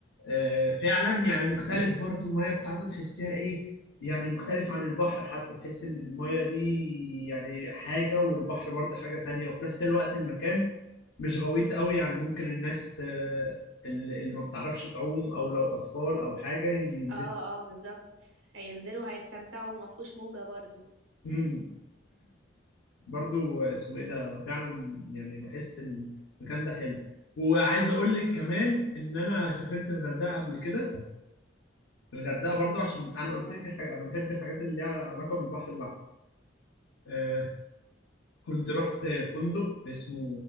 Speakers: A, on the left; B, on the right.
A: آه، فعلا يعني مختلف برضو المية بتاعته تحسها ايه يعني مختلف عن البحر حتى تحس ان المية دي يعني حاجة والبحر برضه حاجة تانية وفي نفس الوقت المكان مش غويط قوي يعني ممكن الناس آه، اللي اللي ما بتعرفش تعوم او لو اطفال او حاجة ينزل
B: اه اه بالظبط هينزلوا هيستمتعوا وما فيهوش موجة برضو
A: امم برضو اسمه ايه ده فعلا يعني بحس المكان ده حلو وعايز اقول لك كمان ان انا سافرت الغردقة قبل كده الغردقه برضو عشان انا
B: واو
A: قلت لك الحاجة انا بحب الحاجات اللي ليها علاقه بالبحر آه كنت رحت فندق اسمه